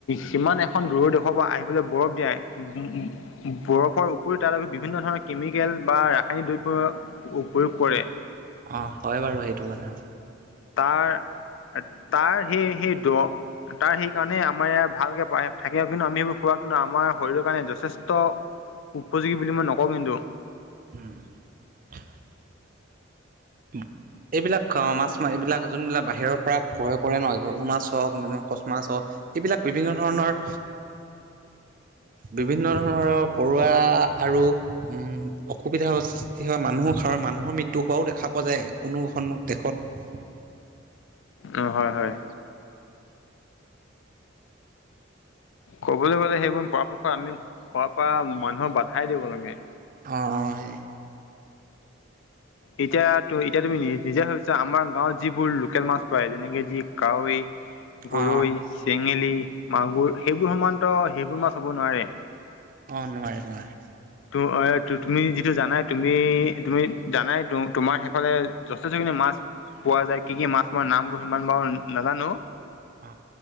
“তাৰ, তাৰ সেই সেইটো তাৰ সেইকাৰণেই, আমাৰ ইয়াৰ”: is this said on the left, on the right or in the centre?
Left